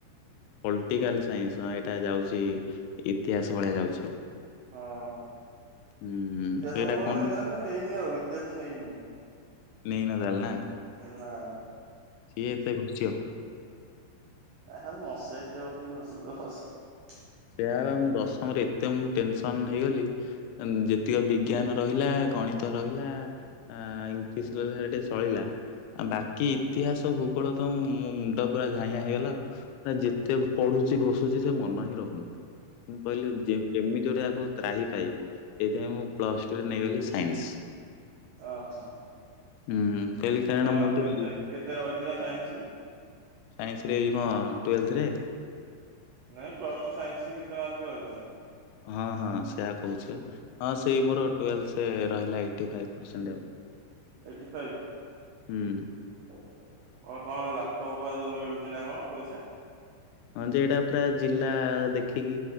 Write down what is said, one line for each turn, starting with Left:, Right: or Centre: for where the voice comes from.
Left: ପଲଟିକାଲ ସାଇନ୍ସ ହଁ ଏଇଟା ଯାଉଛି ଇତିହାସ ଭଳିଆ ଯାଉଛି ଆଉ।
Right: ହଁ।
Left: ହୁଁ
Right: ଇତିହାସକୁୁ
Left: ସେଇଟା
Right: ଭୂଗୋଳ
Left: କଣ
Right: ନେଇଥାନ୍ତି ନେଇନି ଆଉ ଇତିହାସ ନେଇନି।
Left: ନେଇନ ତାହେଲେ ନା
Right: ନାଇଁ
Left: ସିଏ ଏତେ ଘୋସୁଚି ଆଉ।
Right: ଏ ଖାଲି ମସିହା କିଏ ବସିକି ଘୋସୁଥିବ ବସି
Left: ସେଇୟା ପା ମୁ ଦଶମରେ ଏତେ ମୁଁ ଟେନସନ ହେଇଗଲି ଯେତିକି ବିଜ୍ଞାନ ରହିଲା ଗଣିତ ରହିଲା ଆ ଇଂଲିଶ ରହିଲା ଟେ ଚଳିଲା। ଆ ବାକି ଇତିହାସ ଭୂଗୋଳ ତ ମୋ ମୁଣ୍ଡ ପୁରା ଝାଇଁଆ ହେଇଗଲା ଯେତେ ପଢୁ ପଢୁଛି ଘୋଷୁଛି ସେ ମନ ହିଁ ରହୁନି। ମୁଁ କହିଲି ଯେ ଯେମିତି ଯଉଟାକୁ ତ୍ରାହି ପାଇବି ଏଇଥିପାଇଁ ମୁଁ ପ୍ଲସ ଟୁ ରେ ନେଇଗଲି ସାଇନ୍ସ।
Right: ଓହୋ
Left: ହୁଁ କହିଲି କାରଣ
Right: କେତେ ବା
Left: ମୁଁ ଟିକେ
Right: କେତେ
Left: ବୁ-
Right: କେତେ ରହିଥିଲା ସାଇଞ୍ଚି ରେ?
Left: ସାଇନ୍ସ ରେ ଏଇ କଣ ଟୁଏଲଥରେ?
Right: ନାଇଁ ପ୍ଲସ ଟୁ ସାଇନ୍ସରେ କେତେ ମାର୍କ ରହିଥିଲା?
Left: ହଁ ହଁ ସେଆ କହୁଛି ପା ହଁ ସେଇ ମୋର ଟ୍ୱେଲ୍ଥରେ ରହିଲା ଏଇଟି ଫାଇବ ପେରସେଣ୍ଟ ଆଉ।
Right: Eighty five?
Left: ହୁଁ।
Right: ଆ କଣ ଲାପଟପ ପା ଯୋଉ ମିଳୁଛି ନା କଣ ପଇସା।
Left: ହଁ ଯେ ଏଇଟା ପୁରା ଜିଲ୍ଲା ଦେଖିକି।